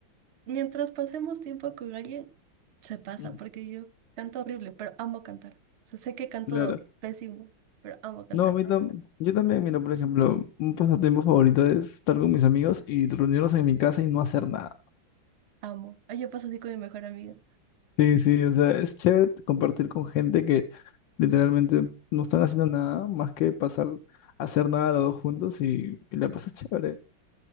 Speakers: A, on the right; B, on the left.
A: mientras pasemos tiempo con alguien, se pasa,
B: Mm,
A: porque yo canto horrible, pero amo cantar. O sea, sé que canto
B: Claro.
A: pésimo, pero amo cantar.
B: No, a mí tam- yo también, mira, por ejemplo, un pasatiempo favorito es estar con mis amigos y reunirnos en mi casa y no hacer nada.
A: Amo. Ay, yo paso así con mi mejor amiga.
B: Sí, sí, o sea, es chévere compartir con gente que literalmente no están haciendo nada más que pasar, hacer nada los dos juntos y, y la pasas chévere.